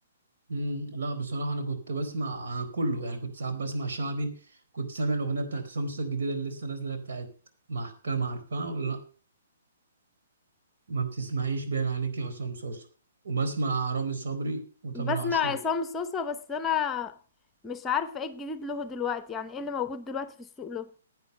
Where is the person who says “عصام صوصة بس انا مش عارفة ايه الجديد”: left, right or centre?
Left